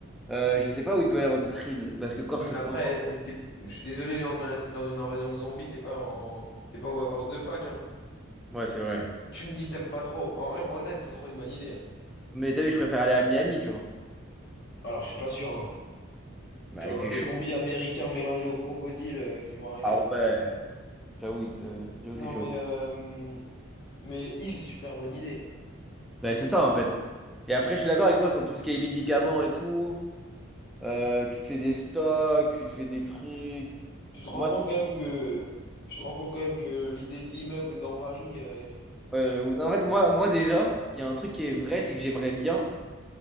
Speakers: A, in the centre; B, on the left (about 55°).
A: Euh, je sais pas où il peut y avoir d'autres îles, parce que Corse,
B: Oui, mais
A: c'est trop
B: après,
A: grand.
B: t'es- t'es- je suis désolé, Léon de Malade, t'es dans une invasion de zombies, t'es pas en... t'es pas aux vacances de Pâques, hein.
A: Ouais, c'est vrai.
B: Tu me dis t'aimes pas trop. En vrai, Bretagne, c'est trop une bonne idée. hein.
A: Mais t'as vu, je préfère aller à Miami, tu vois.
B: Alors, je suis pas sûr. hein.
A: Bah,
B: Tu vas
A: il
B: avoir
A: fait
B: des
A: chaud.
B: zombies américains mélangés aux crocodiles euh, qui vont arriver.
A: Ah
B: sur-
A: ouais. J'avoue, il te- j'avoue,
B: Non,
A: c'est chaud.
B: mais euh, mais île, super bonne idée.
A: Ouais, c'est ça en fait. Et après, je suis d'accord avec toi sur tout ce qui est médicaments et tout. Euh, tu te fais des stocks, tu te fais des trucs.
B: Tu te rends
A: Moi,
B: compte
A: c'est-
B: quand même que tu te rends compte quand même que l'idée de l'immeuble dans Paris, euh,
A: euh, non, en fait, moi, moi déjà, il y a un truc qui est vrai, c'est que j'aimerais bien